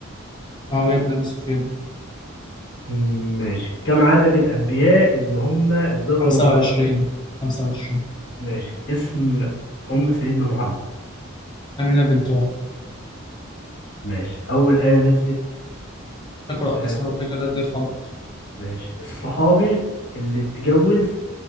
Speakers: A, on the left; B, on the left.
A: معاوية بن أبي سفيان،
B: مم، ماشي كم عدد الانبياء اللي هم اتذكروا
A: 25
B: في القرآن
A: 25
B: ماشي اسم ام سيدنا محمد
A: أمينة بنت وهب،
B: ماشي اول آية نزلت في
A: اقرأ
B: القرآن
A: باسم ربك الذي خلق،
B: ماشي الصحابي اللي اتجوز